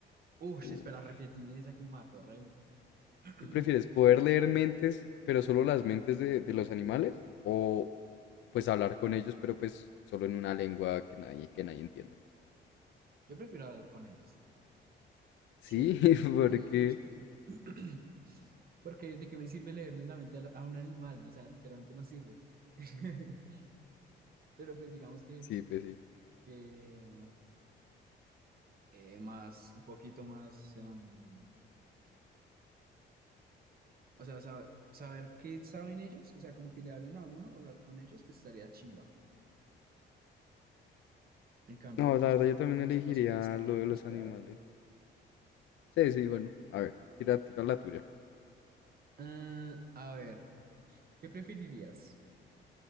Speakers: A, on the right (about 50°); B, on the left (about 70°).
A: Ush,
B: Ush.
A: espera, repetime esa que me mató, re duro. <clears throat>
B: ¿Qué prefieres? ¿Poder leer mentes, pero solo las mentes de, de los animales? ¿O pues hablar con ellos, pero pues solo en una lengua que nadie, que nadie entienda?
A: Yo prefiero hablar con ellos. Sí,
B: Sí, <laughs>
A: sí,
B: porque...
A: sí. <clears throat> Porque de qué me sirve leerle la mente a, la- a un animal, o sea, literalmente no sirve. <laughs> Pero pues digamos que,
B: Sí, pues sí.
A: que eh, más, un poquito más, em, o sea, sa- saber qué saben ellos, o sea, como que le hablen a uno, hablar con ellos, pues estaría chimba. En cambio,
B: No,
A: pues
B: la verdad yo también
A: pens-
B: elegiría
A: los pensamientos
B: lo de los
A: suave.
B: animales. Sí, sí, bueno. A ver, tira, tira la tuya.
A: Ah, a ver, ¿qué preferirías?